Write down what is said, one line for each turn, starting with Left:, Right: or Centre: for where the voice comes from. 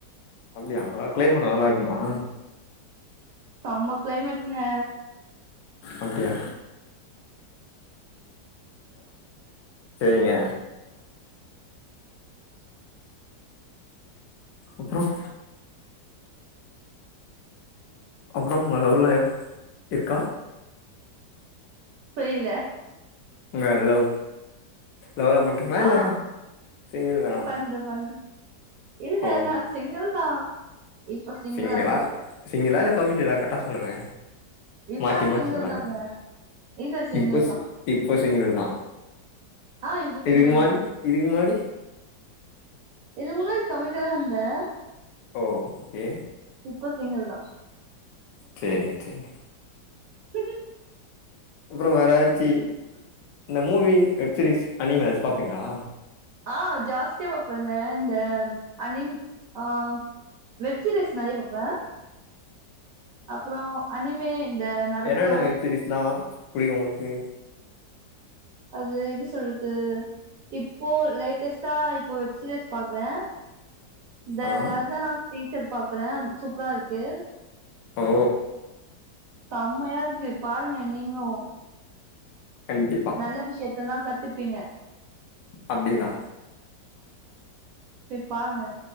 Left: அப்டியா, நல்லா கிளைமேட் நல்லாருக்மா?
Right: செம்ம கிளைமேட்ங்க
Left: அப்டியா சேரிங்க அப்றம் அப்றம் உங்க லவ்லாயா இருக்கா
Right: புரியில
Left: உங்க லவ் லவ்ளா பண்றீங்ளா
Right: ஆ
Left: இல்ல சிங்கிள் தானா
Right: பண்றேன் பண்றேன். இல்ல
Left: ஓ
Right: நான் சிங்கில் தான் இப்ப
Left: சிங்கிளா
Right: தான் இருக்கேன்.
Left: சிங்கிளா இல்ல கமிட்டடா கரட்டா சொல்லுங்க
Right: இப்ப
Left: மாத்தி
Right: நான்
Left: மாத்தி
Right: சிங்கிள்
Left: சொல்லாதீங்க
Right: தாங்க. இப்ப சிங்கிள்
Left: இப்போ சி
Right: தான்.
Left: இப் இப்ப சிங்கிள் தான்
Right: ஆ இப்ப
Left: இதுக்கு
Right: சிங்கிள்
Left: முன்னாடி
Right: தான்.
Left: இதுக்கு முன்னாடி
Right: இதுக்கு முன்னாடி கமிட்டடா இருந்தே
Left: ஓ ஓகே
Right: இப்ப சிங்கிள் தான்
Left: சேரிங்க சேரிங்க
Right: உஹம்ம்
Left: அப்றம் வேர ஏதாச்சி இந்த மூவி வெப்சீரிஸ் அணிம் ஏதாச்சு பாப்பீங்களா
Right: ஆஹ் ஜாஸ்தியா பாப்பேங்க இந்த அனிம் ஆஹ் வெஜ் சிரீஸ் நறைய பாப்பேன் அப்பறம் அனிமே இந்த நருட்டோ
Left: எரென்ன சிரீஸ்லாம் எப்டி உங்களுக்கு
Right: அது எப்படி சொல்றத்து இப்போ லேட்டஸ்ட்டா இப்போ வெப்சீரிஸ் பாக்குறேன் இந்த
Left: ஆ
Right: லசானா ஸ்பீக் சர் பாக்குறேன் சூப்ரா இருக்கு
Left: ஓ
Right: செம்மையா இருக்கு பாருங்க நீங்களும்
Left: கண்டிப்பா
Right: நல்ல விஷயத்தல்லாம் கத்து பீங்க
Left: அப்படிங்களா
Right: போய் பாருங்க